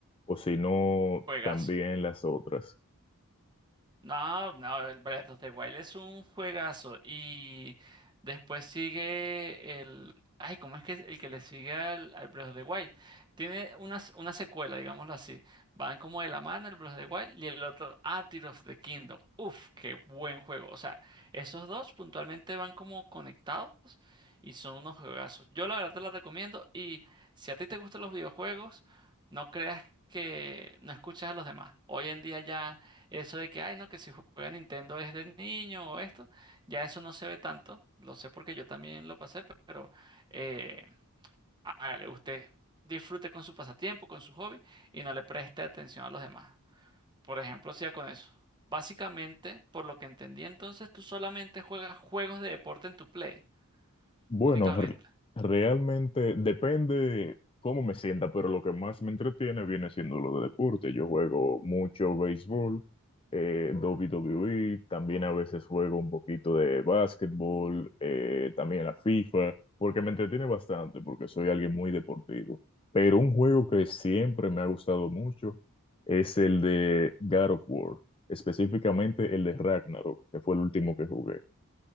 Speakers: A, on the left; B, on the right.
A: o si no,
B: Juegazo.
A: también las otras.
B: No, no, el Breath of the Wild es un juegazo. Y después sigue el. Ay, ¿cómo es que es el que le sigue al, al Breath of the Wild? Tiene una, s- una secuela, digámoslo así. Van como de la mano el Breath of the Wild y el otro, Ah, Tears of the Kingdom. Uf, qué buen juego. O sea, esos dos puntualmente van como conectados y son unos juegazos. Yo la verdad te los recomiendo. Y si a ti te gustan los videojuegos, no creas que no escuchas a los demás. Hoy en día ya. Eso de que, ay, no, que si juega Nintendo es de niño o esto, ya eso no se ve tanto. Lo sé porque yo también lo pasé, pero eh, hágale, usted disfrute con su pasatiempo, con su hobby y no le preste atención a los demás. Por ejemplo, siga con eso. Básicamente, por lo que entendí, entonces tú solamente juegas juegos de deporte en tu Play,
A: Bueno,
B: únicamente.
A: r- realmente depende cómo me sienta, pero lo que más me entretiene viene siendo lo de deporte. Yo juego mucho béisbol, eh, WWE, también a veces juego un poquito de básquetbol, eh, también la FIFA, porque me entretiene bastante, porque soy alguien muy deportivo. Pero un juego que siempre me ha gustado mucho es el de God of War, específicamente el de Ragnarok, que fue el último que jugué,